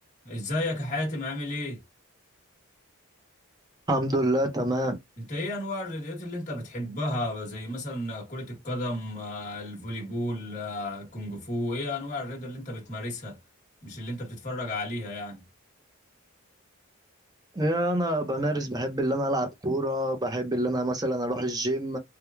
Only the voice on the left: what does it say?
ازيك يا حاتم عامل ايه؟
انت ايه انواع الرياضات اللي انت بتحبها زي مثلا كرة القدم آه، الفولي بول آه، الكونج فو ايه انواع الرياضة اللي انت بتمارسها مش اللي انت بتتفرج عليها يعني